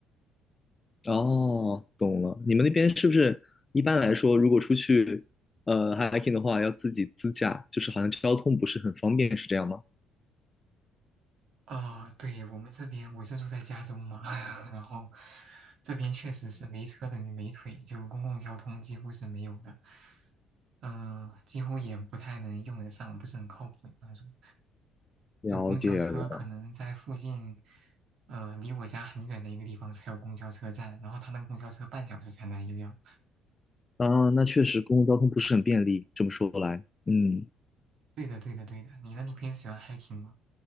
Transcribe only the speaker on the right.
啊、对，我们这边我是住在加州嘛，<laughs> 然后这边确实是没车等于没腿，就公共交通几乎是没有的，嗯、几乎也不太能用得上，不是很靠谱的那种。
就公交车可能在附近，呃，离我家很远的一个地方才有公交车站，然后他那个公交车半小时才来一辆。
对的，对的，对的。你呢？你平时喜欢 hiking 吗？